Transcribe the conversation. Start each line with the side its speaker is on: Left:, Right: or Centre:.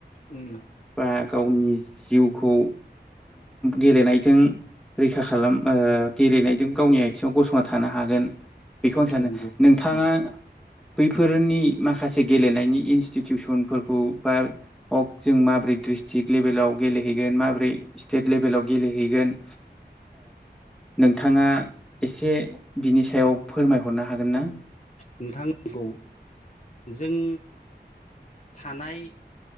Left: उम
Centre: बा गावनि जिउ खौ गेलेनायजों रैखा खालाम ओ गेलेनायजों गावनि आथिङाव गसंना थानो हागोन। बेखौ आं सानो
Left: नंगौ
Centre: नोंथाङा बैफोरनि माखासे गेलेनायनि इनस्टिटिउसनफोरखौ बा हक जों माबोरै ड्रिस्ट्रिकट लेभेलाव गेलेहैगोन माबोरै स्टेट लेभेलाव गेलेहैगोन नोंथाङा एसे बिनि सायाव फोरमायहरनो हागोन ना?
Left: नोंथां नंगौ जों थानाय